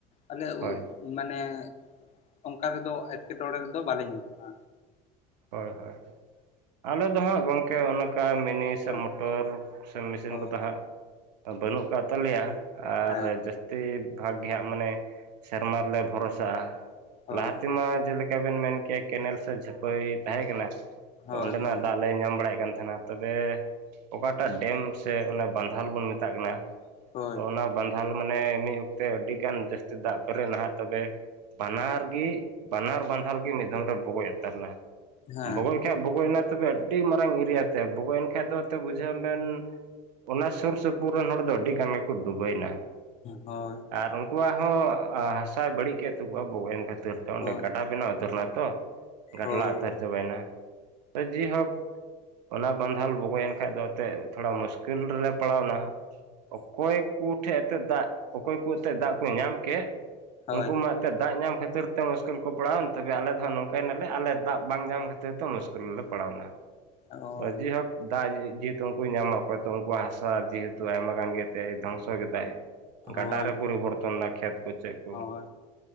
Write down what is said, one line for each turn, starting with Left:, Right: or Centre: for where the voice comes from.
Left: ᱟᱞᱮ
Right: ᱦᱳᱭ
Left: ᱩᱜᱼᱼ ᱢᱟᱱᱮ ᱚᱱᱠᱟ ᱨᱮᱫᱚ ᱮᱴᱠᱮᱴᱚᱬᱮ ᱨᱮᱫᱚ ᱵᱟᱞᱮ ᱧᱩᱨᱩᱜᱼᱟ᱾
Right: ᱦᱳᱭ ᱦᱳᱭ ᱦᱳᱭ ᱟᱞᱮ ᱫᱚ ᱦᱟᱸᱜ ᱜᱚᱝᱠᱮ ᱚᱱᱠᱟ ᱢᱤᱱᱤ
Left: ᱦᱳᱭ
Right: ᱥᱮ ᱢᱚ ᱴᱚᱨ ᱥᱮᱱ ᱢᱮᱥᱤᱱ
Left: ᱦᱳᱭ
Right: ᱠᱚᱫᱚ ᱦᱟᱸᱜ ᱵᱟᱹᱱᱩᱜ ᱟᱠᱟᱜ ᱛᱟᱞᱮᱭᱟ ᱟᱨ
Left: ᱦᱮᱸ
Right: ᱡᱟᱹᱥᱼᱼ ᱛᱮ ᱵᱷᱟᱜ ᱜᱮᱦᱟᱸᱜ ᱢᱟᱱᱮ ᱥᱮᱨᱢᱟ ᱨᱮᱞᱮ ᱵᱷᱚᱨᱚᱥᱟᱼᱟ
Left: ᱦᱳᱭ
Right: ᱞᱟᱦᱟ ᱛᱮᱢᱟ ᱡᱮᱞᱮᱠ ᱠᱮ ᱵᱮᱱ ᱢᱮᱱ ᱠᱮᱭ ᱠᱮᱱᱮᱞ ᱥᱮ ᱡᱷᱟᱹᱯᱟᱹᱭ ᱛᱟᱦᱮᱸ ᱠᱟᱱᱟ
Left: ᱦᱳᱭ
Right: ᱛᱚ ᱚᱸᱰᱮᱱᱟᱜ
Left: ᱦᱳᱭ
Right: ᱫᱟᱜ ᱞᱮ ᱧᱟᱢ ᱵᱟᱲᱟᱭᱮ ᱠᱟᱱ ᱛᱟᱦᱮᱱᱟ᱾ ᱛᱚᱵᱮ ᱚᱠᱟᱴᱟᱜ ᱰᱮᱢ ᱥᱮ ᱚᱱᱟ ᱵᱟᱸᱫᱷᱟᱱ ᱵᱚᱱ ᱢᱮᱛᱟᱜ ᱠᱟᱱᱟ
Left: ᱦᱳᱭ
Right: ᱛᱚ ᱚᱱᱟ ᱵᱟᱸᱫᱷᱟᱞ ᱢᱟᱱᱮᱜ ᱢᱤᱜ ᱚᱠᱛᱮ ᱟᱹᱰᱤᱜᱟᱱ ᱡᱟᱹᱥᱛᱤ ᱫᱟᱜ ᱯᱮᱨᱮᱜ ᱞᱟᱦᱟᱜ ᱛᱚᱵᱮ ᱵᱟᱱᱟᱨ ᱜᱮᱼᱼ ᱵᱟᱱᱟᱨ ᱵᱟᱸᱫᱷᱟᱞ ᱜᱮ ᱢᱤᱼᱫᱷᱟᱶ ᱨᱮ ᱵᱚᱜᱚᱭᱚᱜ ᱛᱟᱦᱮᱱᱟ
Left: ᱦᱮᱸ
Right: ᱵᱚᱜᱚᱭ ᱦᱮ ᱵᱚᱜᱚᱭᱮᱱᱟ ᱛᱚᱵᱮ ᱟᱹᱰᱤ ᱢᱟᱨᱟᱝ ᱮᱨᱤᱭᱟᱛᱮ ᱵᱚᱜᱚᱭᱮᱱ ᱠᱷᱟᱱ ᱫᱚ ᱛᱮ ᱵᱩ ᱰᱮᱱ ᱚᱱᱟ ᱥᱩᱨ ᱥᱩᱯᱩᱨ ᱨᱮᱱ ᱦᱚᱲ ᱫᱚ ᱟᱹᱰᱤ ᱜᱟᱱ ᱜᱮ ᱠᱚ ᱰᱩᱵᱟᱹᱭᱱᱟ᱾
Left: ᱦᱳᱭ᱾
Right: ᱟᱨ ᱩᱱᱠᱩᱣᱟᱜ ᱦᱚᱸ ᱦᱟᱥᱟᱭ ᱵᱟᱹᱲᱤᱡ ᱠᱮᱜ ᱛᱟᱠᱚᱣᱟ ᱵᱚᱜᱚᱭᱮᱱ ᱠᱷᱟᱹᱛᱤᱨ ᱛᱮ ᱚᱸᱰᱮ
Left: ᱦᱳᱭ
Right: ᱜᱟᱰᱟ
Left: ᱦᱳᱭ
Right: ᱵᱮᱱᱟᱣ ᱩᱛᱟᱹᱨᱮᱱᱟ ᱛᱚ᱾ ᱜᱟᱰᱞᱟ
Left: ᱦᱳᱭ
Right: ᱩᱛᱟᱹᱨ ᱪᱟᱵᱟᱭᱮᱱᱟ ᱛᱚ ᱡᱮᱦᱳᱠ ᱚᱱᱟ ᱵᱟᱸᱫᱷᱟᱞ ᱵᱚᱜᱚᱭᱮᱱ ᱠᱷᱟᱡᱽ ᱫᱚ ᱮᱱᱛᱮᱫ ᱛᱷᱚᱲᱟ ᱢᱩᱥᱠᱤᱞ ᱨᱮᱞᱮ ᱯᱟᱲᱟᱣᱱᱟ᱾ ᱚᱠᱚᱭ ᱠᱩ ᱴᱷᱮᱡ ᱮᱱᱛᱮ ᱫᱟᱜ ᱚᱠᱚᱭ ᱠᱚ ᱮᱱᱛᱮ ᱫᱟᱜ ᱠᱩ ᱧᱟᱢ ᱠᱮᱜ
Left: ᱦᱳᱭ
Right: ᱩᱱᱠᱩ
Left: ᱦᱳᱭ
Right: ᱢᱟ ᱫᱟᱜ ᱧᱟᱢ ᱠᱷᱟᱹᱛᱤᱨ ᱛᱮ ᱢᱩᱥᱠᱤᱞ ᱠᱚ ᱯᱟᱲᱟᱣᱮᱱ ᱛᱚᱵᱮ ᱟᱞᱮ ᱫᱚᱦᱟᱜ ᱱᱚᱝᱠᱟᱭᱱᱟᱞᱮ ᱟᱞᱮ ᱫᱟᱜ ᱵᱟᱝ ᱧᱟᱢ ᱠᱷᱟᱹᱛᱤᱨ ᱛᱚ ᱢᱩᱥᱠᱤᱞ ᱨᱮᱞᱮ ᱯᱟᱲᱟᱣᱱᱟ
Left: ᱦᱳᱭ
Right: ᱛᱚ ᱡᱮᱦᱳᱠᱼᱼ ᱫᱟᱜ ᱡᱮᱦᱮᱛᱩ ᱩᱱᱠᱩ ᱧᱟᱢᱟ ᱚᱠᱚᱭ ᱛᱚ ᱩᱱᱠᱩᱣᱟᱜ ᱦᱟᱥᱟ ᱡᱮᱦᱮᱛᱩ ᱟᱭᱢᱟ ᱜᱟᱱ ᱜᱮ ᱛᱮ ᱫᱷᱚᱝᱥᱚ ᱠᱮᱛᱟᱭ, ᱜᱟᱰᱟ
Left: ᱦᱳᱭ
Right: ᱨᱮ ᱯᱩᱨᱤ ᱵᱚᱨᱛᱚᱱᱟ ᱠᱷᱮᱛ ᱠᱳ ᱪᱮᱜ ᱠᱩ᱾
Left: ᱦᱳᱭ